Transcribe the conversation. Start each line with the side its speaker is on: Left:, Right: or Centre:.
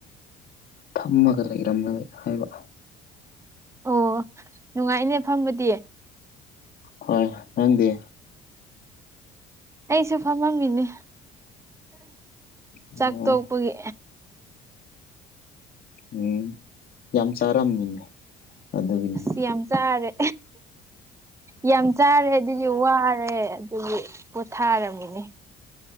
Left: ꯐꯝꯃꯒ ꯂꯩꯔꯝꯂꯣꯏ ꯍꯥꯏꯕ
Right: ꯑꯣ ꯅꯨꯡꯉꯥꯏꯅꯦ ꯐꯝꯕꯗꯤ
Left: ꯍꯣꯏ ꯈꯪꯗꯦ
Right: ꯑꯩꯁꯨ ꯐꯝꯃꯝꯃꯤꯅꯦ
Left: ꯑꯣ
Right: ꯆꯥꯛ ꯇꯣꯛꯄꯒꯤ
Left: ꯎꯝ ꯌꯥꯝ ꯆꯥꯔꯝꯅꯤꯅꯦ ꯑꯗꯨꯒꯤ
Right: ꯑ ꯌꯥꯝ ꯆꯥꯔꯦ ꯌꯥꯝ ꯆꯥꯔꯦ ꯑꯗꯨꯒꯤ ꯋꯥꯔꯦ ꯑꯗꯨꯕꯨ ꯄꯣꯊꯥꯔꯝꯃꯅꯦ